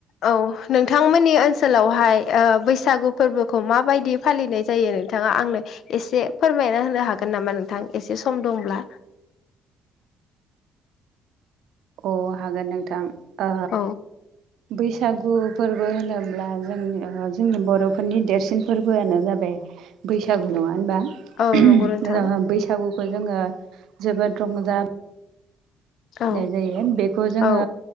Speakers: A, on the left (about 70°); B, on the right (about 75°).
A: औ नोंथांमोननि ओनसोलावहाय ओ बैसागु फोरबोखौ माबायदि फालिनाय जायो नोंथाङा आंनो एसे फोरमायना होनो हागोन नामा नोंथां एसे सम दंब्ला
B: अ हागोन नोंथां। ओ
A: औ
B: बैसागु फोरबो होनो ब्ला जोंनि ओज जोंनि बर'फोरनि देरसिन फोरबोआनो जाबाय बैसागु नङा होनबा?
A: औ नंगौ
B: <inaudible>
A: नोंथां
B: बैसागुखौ जोङो जोबोद रंजा
A: औ
B: नाय जायो बेखौ जोङो
A: औ